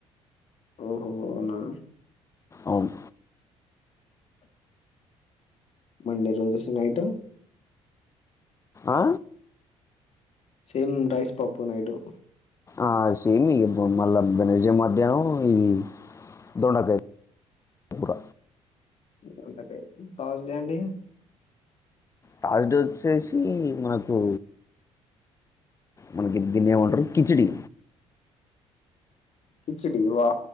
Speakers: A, on the left (about 50°); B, on the left (about 25°).
A: ఓహోనా
B: అవును
A: మండే రోజు నైట్
B: ఆ?
A: సేమ్ రైస్ పప్పు నైటు
B: ఆ సేమ్ ఇ మళ్ళా బెజ మధ్యాహ్నం ఇది దొండకాయ కూర
A: దొండకాయ తర్స్ డే అండి
B: తర్స్ డే వచ్చేసి మనకు మనకి దీన్ని ఏమంటారు కిచిడిీ
A: కిచిడి వా